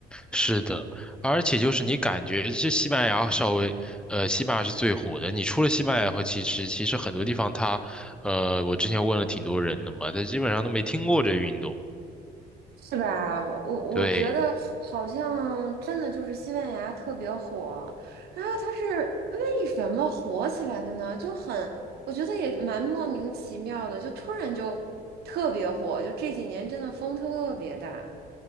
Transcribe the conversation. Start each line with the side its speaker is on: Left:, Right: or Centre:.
Centre: 是的，而且就是你感觉这西班牙稍微，呃，西班牙是最火的。你除了西班牙后，其实其实很多地方它，呃，我之前问了挺多人的嘛，他基本上都没听过这运动。
Right: 是吧？我我觉得好像真的就是西班牙特别火，
Centre: 对，
Right: 然后它是为什么火起来的呢？就很，我觉得也蛮莫名其妙的，就突然就特别火，就这几年真的风特别大。